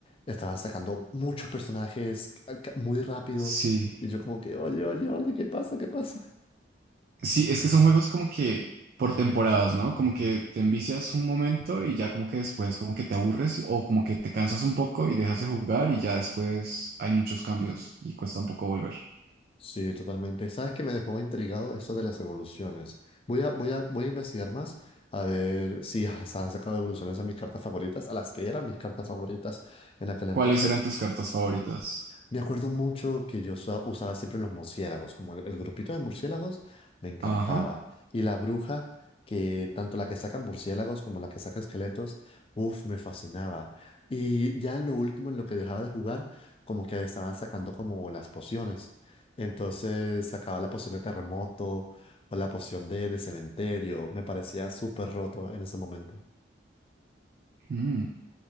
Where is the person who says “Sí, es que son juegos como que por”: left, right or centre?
Right